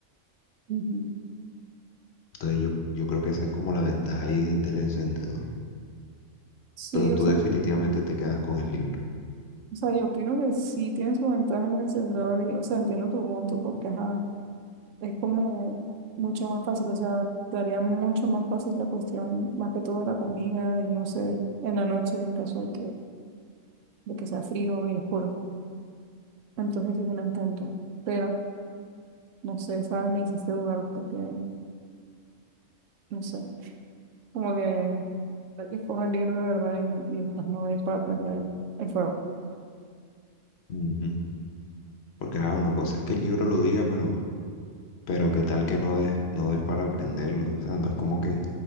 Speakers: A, on the right; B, on the left.
A: ujú.
B: Entonces yo, yo creo que esa es como la ventaja ahí del encendedor.
A: Sí,
B: Pero tú
A: o sea,
B: definitivamente te quedas con el libro.
A: O sea, yo opino que sí tiene su ventaja el encendedor y, o sea, entiendo tu punto porque, ajá, es como mucho más fácil, o sea, te haría mucho más fácil la cuestión, más que todo la comida y no sé, en la noche en caso de que, de que sea frío y oscuro. Entonces sí tiene un punto, pero, no sé, sabes, me hiciste dudar porque, no sé, como que escoja el libro de verdad y, y estas novelas para aprender el fuego.
B: Ujú. Porque ajá, una cosa es que el libro lo diga, pero, pero qué tal que no des, no des para aprenderlo. O sea, no es como que